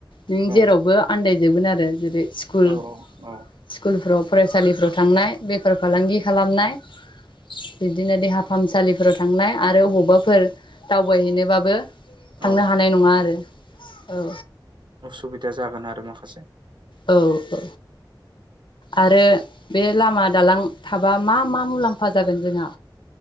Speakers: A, on the left; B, on the right.
A: नों
B: औ
A: जेरावबो आन्दायजोबगोन आरो जेरै स्कुल
B: औ औ
A: स्कुलफ्राव फरायसालिफोराव थांनाय बेफार फालांगि खालामनाय बिदिनो देहा फाहामसालिफोराव थांनाय आरो अबाव अबावबाफोर दावबायहैनोबाबो थांनो
B: औ
A: हानाय नङा आरो औ
B: उसुबिदा <unintelligible>
A: औ औ आरो बे लामा दालां थाबा मा मा मुलाम्फा जागोन जोंहा